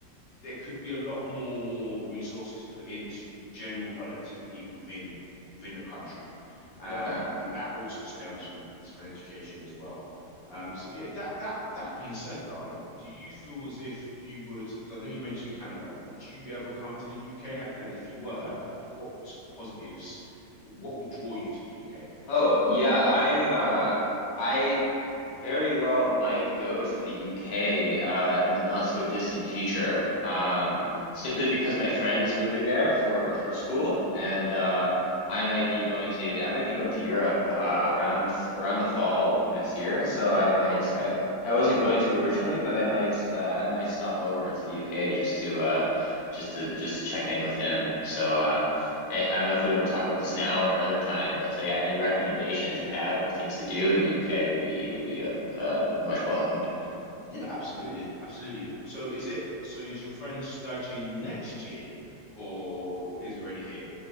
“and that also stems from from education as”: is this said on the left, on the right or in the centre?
Left